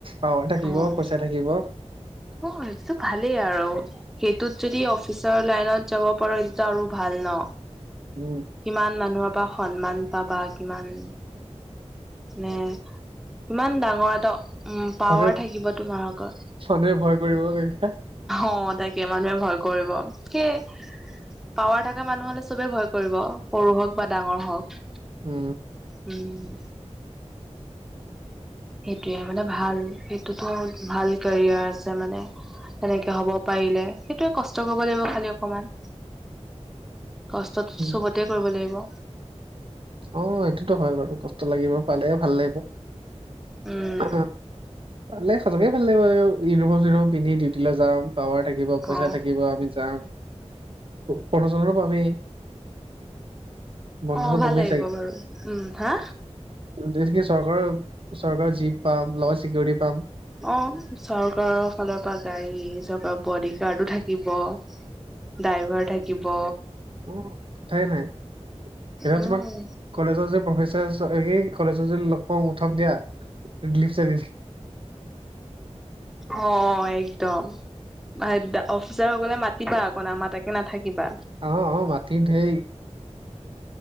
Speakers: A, on the right; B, in the centre.
A: পাৱাৰ থাকিব
B: অ'।
A: পইচা থাকিব।
B: অ, ' সেইটোতো ভালেই আৰু সেইটোত যদি অ অফিচাৰ লাইনত যাব পাৰো হেইতুটো আৰু ভাল ন।
A: উম।
B: কিমান মানুহৰ পৰা সন্মান পাবা কিমান মানে ইমান ডাঙৰ এটা উম পাৱাৰ
A: হলেও
B: থাকিব তোমাৰ আগত।
A: চবেই ভয় কৰিব তেতিয়া।
B: অ, ' তাকে মানুহে ভয় কৰিব সেই পাৱাৰ থকা মানুহ হলে চবেই ভয় কৰিব সৰু হওক বা ডাঙৰ হওক।
A: উম।
B: উম। সেইটোৱে মানে ভাল সেইটোতো ভাল কেৰিয়াৰ আছে মানে। তেনেকে হ'ব পাৰিলে সেইটোয়ে কষ্ট কৰিব লাগিব খালি অকমান। কষ্ট
A: উম
B: চবতে কৰিব লাগিব
A: অ সটোতো হয় বাৰু কষ্ট লাগিব পালেহে ভাল লাগিব।
B: উম
A: অ ভালে সজাগে ভাল লাগিব আৰু ইউনিফৰ্ম চউনিফৰ্ম পিন্ধি। ডিউটিলৈ যাম পাৱাৰ থাকিব পইচা
B: অ
A: থাকিব আমি যাম। ফটো ছটো পাবি বন্ধনৰ
B: অ ভাল
A: বমি
B: উম হা
A: যিহেতকে চৰকাৰৰ চৰকাৰৰ জীপ পাম লগত চিকিউৰিটি পাম।
B: অ চৰকাৰৰ ফালৰ চ গাড়ী চপ বডিগাৰ্ডো থাকিব ড্ৰাইভাৰ থাকিব।
A: উ, কথায়াইে নাই এতিয়া
B: উম
A: তোমাক কলেজত যে প্ৰফেচাৰ আহেই কলেজত যে লগ পা উঠাম দিয়া ৰিলিফ চাই দিম
B: অ একদম। অফিচাৰসকলে মাতিবা অকণ আমাৰ তাকে নাথাকিবা
A: অ অ মাটি দেই